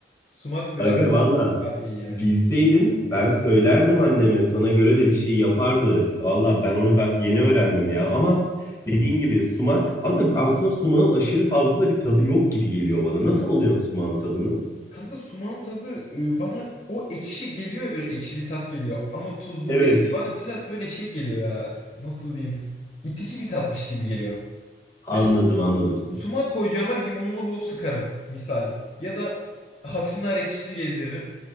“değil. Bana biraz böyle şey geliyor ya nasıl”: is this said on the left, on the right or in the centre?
Left